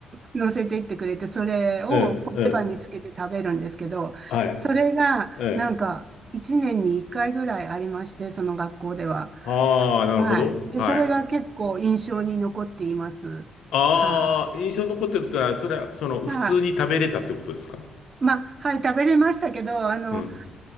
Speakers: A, on the right; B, on the left.
A: 乗せていってくれて、それをコッペパンにつけて食べるんですけど、
B: うん、うん、はい、
A: それがなんか1年に1回ぐらいありまして、
B: うん。
A: その学校では。
B: ああ、なるほど。
A: はい。で、
B: はい。
A: それが結構印象に残っています。
B: ああ、
A: は
B: 印象に残ってるってのは、それは、その、
A: い。
B: 普通に食べれたってことですか
A: はい。まあ、はい、食べれましたけど、あの、
B: うん。